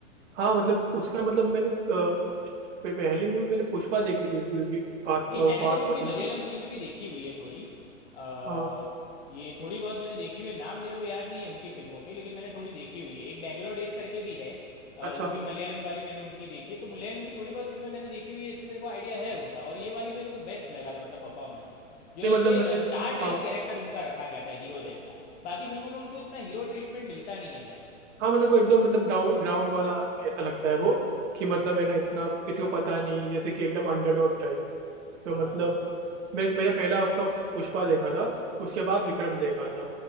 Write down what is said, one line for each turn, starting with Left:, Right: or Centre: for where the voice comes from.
Right: हाँ मतलब उसका मतलब मैंने अ, पे- पहली मूवी मैंने पुष्पा देखी थी उसी फहद
Left: नहीं
Right: फहद
Left: मैंने तो उनकी
Right: फासिल
Left: मलयालम
Right: की
Left: फिल्में भी देखी हुई है थोड़ी अ,
Right: हाँ
Left: ये थोड़ी बहुत मैंने देखी हुई है नाम मेरे को याद नहीं है उनकी फिल्मों के लेकिन मैंने थोड़ी देखी हुई है एक बैंगलोर डेज करके भी है अ,
Right: अच्छा
Left: वो भी मलयालम वाली मैंने उनकी देखी है तो मलयालम की थोड़ी बहुत फिल्में मैंने देखी हुई है इसलिए मेरे को आइडिया है उनका और ये वाली मेरे को बेस्ट लगा था मतलब परफॉर्मेंस जो ऐसे
Right: नहीं मतलब मैंने
Left: स्टार
Right: हाँ
Left: टाइप कैरेक्टर उनका रखा गया था हीरो जैसा बाकी फिल्मों में उनको इतना हीरो ट्रीटमेंट मिलता नहीं है भाई
Right: हाँ मतलब वो एकदम मतलब ग्राउंड ग्राउंड वाला आदमी ऐसा लगता है वो कि
Left: हाँ
Right: मतलब है ना इतना किसी को पता नहीं जैसे कि एकदम अंडरडॉग टाइप तो
Left: हाँ
Right: मतलब मैं मेरा पहला उसका पुष्पा देखा था उसके बाद विक्रम देखा था